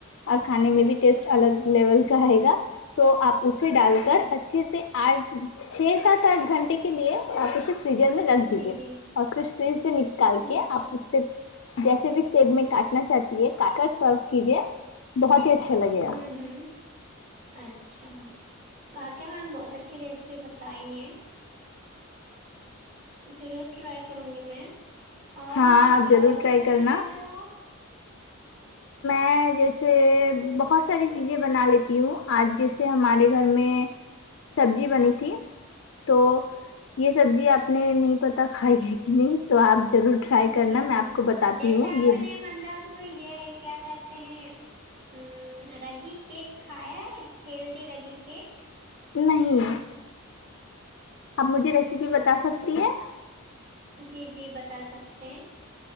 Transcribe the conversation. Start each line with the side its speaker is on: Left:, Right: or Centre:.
Left: اور کھانے میں
Right: اچھا
Left: بھی ٹیسٹ الگ لیول کا ہے گا تو آپ اسے ڈال
Right: آم،
Left: کر اچھے سے آٹھ چھ سات آٹھ گھنٹے کے لیے آپ اسے فریجر میں رکھ دیجیے
Right: جی جی
Left: اور پھر فریج سے نکال
Right: اچھا
Left: کے آپ اس جیسے بھی سیب میں کاٹنا چاہتی ہے کاٹ کر سرو کیجیے بہت ہی اچھا لگے
Right: ھمم
Left: گا
Right: ھمم اچھا واقع میم بہت اچھی ریسیپی بتائی ہیں ضرور ٹرائی کروں گی میں اور
Left: ہاں
Right: مطلب
Left: آپ
Right: کہ
Left: ضرور
Right: اور
Left: ٹرائی
Right: کیا بنا
Left: کرنا
Right: لیتے ہو آپ
Left: میں جیسے بہت ساری چیزیں بنا لیتی ہوں آج جیسے ہمارے گھر میں سبزی بنی تھی تو یہ سبزی آپ نے نہیں پتا کھائی ہے کہ نہیں تو آپ ضرور ٹرائی
Right: جی
Left: کرنا
Right: جی
Left: میں آپ کو بتاتی
Right: جیسے
Left: ہوں
Right: آپ
Left: یہ
Right: نے مطلب تو یہ کیا کہتے ہیں ام رگی کیک کھایا ہے ہیلدی رگی کیک
Left: نہیں آپ مجھے
Right: اچھا
Left: ریسیپی بتا سکتی ہیں
Right: جی جی بتا سکتے ہیں